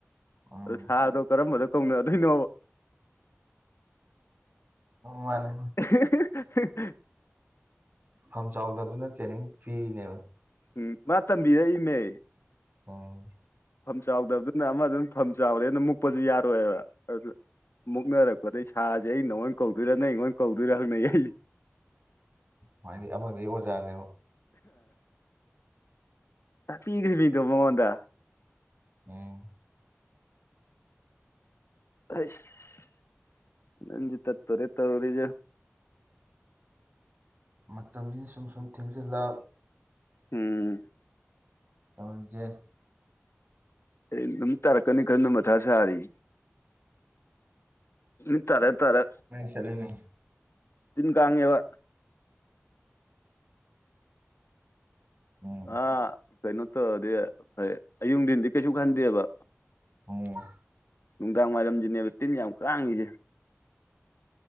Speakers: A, on the right; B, on the left.
A: ꯑꯥ
B: ꯑꯗꯣ ꯁꯥꯔ ꯗꯣ ꯀꯔꯝꯕꯗ ꯀꯧꯅꯗꯣꯏꯅꯣ
A: ꯃꯥꯅꯦ
B: <unintelligible>
A: ꯐꯝ ꯆꯥꯎꯗꯕꯗꯨꯅ ꯇ꯭ꯔꯦꯅꯤꯡ ꯄꯤꯔꯤꯅꯦꯕ
B: ꯎꯝ ꯃꯥ ꯇꯝꯕꯤꯔꯛ ꯏꯃꯦ
A: ꯑꯣ
B: ꯐꯝ ꯆꯥꯎꯗꯕꯗꯨꯅ ꯑꯃꯗꯨꯅ ꯐꯝ ꯆꯥꯎꯔꯦꯅ ꯃꯨꯛꯄꯁꯨ ꯌꯥꯔꯣꯏꯕ ꯑꯗꯨ ꯃꯨꯛꯅꯔꯛꯄꯗꯩ ꯁꯥꯁꯦ ꯑꯩ ꯅꯉꯣꯏ ꯀꯧꯗꯣꯏꯔꯥ ꯅ ꯅꯣꯏ ꯀꯧꯗꯣꯏꯔꯥ ꯍꯪꯅꯩ ꯑꯩꯁꯦ
A: ꯎꯝꯗꯤ ꯑꯃꯗꯤ ꯑꯣꯖꯥꯅꯦ
B: ꯉꯄꯤꯈ꯭ꯔꯤꯕꯃꯤꯗꯣ ꯃꯉꯣꯟꯗ
A: ꯎꯝ
B: ꯑꯁ ꯅꯟꯖ ꯇ ꯇꯔꯦ ꯇꯧꯔꯤꯒ
A: ꯃꯇꯝꯅꯤꯅ ꯁꯨꯝ ꯁꯨꯝ ꯊꯦꯡꯖꯤꯜꯂ
B: ꯎꯝ
A: ꯇꯧꯔꯖꯦ
B: ꯑꯩ ꯑꯗꯨꯝ ꯇꯥꯔꯛꯀꯅꯤ ꯈꯟꯕ ꯃꯊꯥ ꯁꯥꯔꯤ ꯅꯨꯃꯤꯠ ꯇꯥꯔ ꯇꯥꯔ
A: ꯁ ꯂꯩꯅꯤ
B: ꯇꯤꯟ ꯀꯥꯡꯥꯉꯕ
A: ꯎꯝ
B: ꯑꯥ ꯀꯩꯅꯣ ꯇꯧꯔꯗꯤ ꯐꯩ ꯑꯌꯨꯗꯤꯤꯟꯗꯤ ꯀꯩꯁꯨ ꯈꯟꯗꯦꯕ
A: ꯑ
B: ꯅꯨꯡꯗꯥꯡ ꯋꯥꯏꯔꯝꯁꯤꯅꯦꯕ ꯇꯤꯟ ꯌꯥꯝ ꯀꯥꯡꯉꯤꯁꯦ